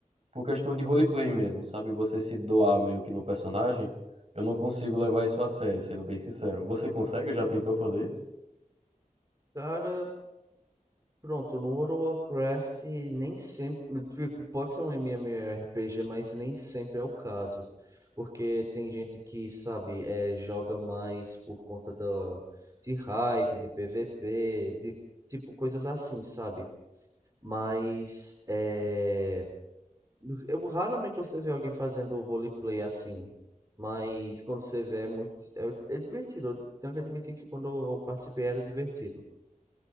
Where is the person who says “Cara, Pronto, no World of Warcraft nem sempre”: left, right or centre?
Right